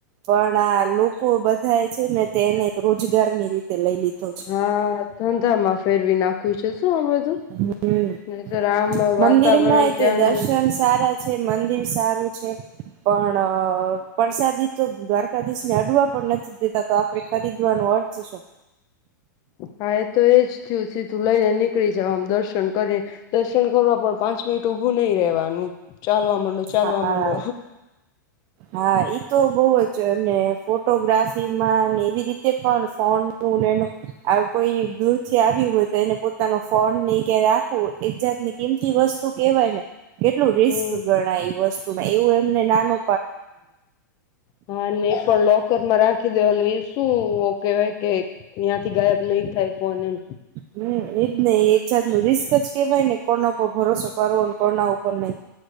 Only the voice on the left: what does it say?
હા ધંધામાં ફેરવી નાખ્યું છે શું આ બધું
નહીતર આમ વાતાવરણ
ત્યાંનું
હા એ તો એજ થયું સીધું લઈને નીકળી જવા આમ દર્શન કરીને દર્શન કરવા પણ પાંચ મિનિટ ઉપ ઉભુ નહીવાનું ચાલવા માંડો ચાલવા
માંડો
હમ
હ અને એ પણ લોકરમાં રાખ રાખી દેવા એ શું કહેવાય કે ત્યાં થી ગાયબ નય થાય ફોન એમ